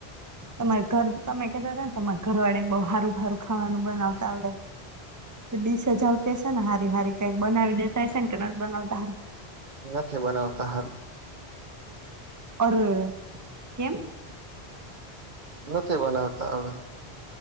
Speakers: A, on the right; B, on the right.
A: તમારે ઘર તમે કતા હતા ને તમારે ઘરવાળ ને બ સારું ભારું ખાવાનું બનાવતા આવડે ડીશજ આવતી છે ને હારી હારી કઈક બનાવી દેતા હ છે ને કે નથી બનાવતા હારી
B: નથી બનાવતા હ
A: ઓ કેમ
B: નથી બનાવતા હવે